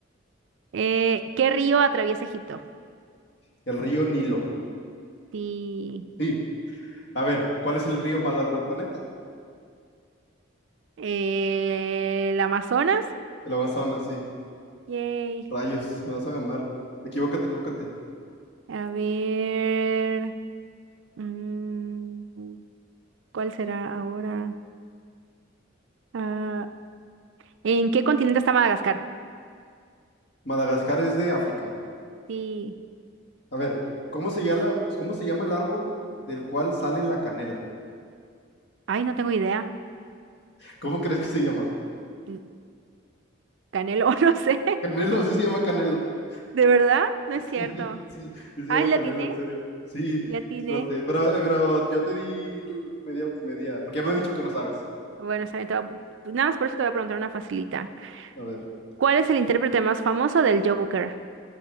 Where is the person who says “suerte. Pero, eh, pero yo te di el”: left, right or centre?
Left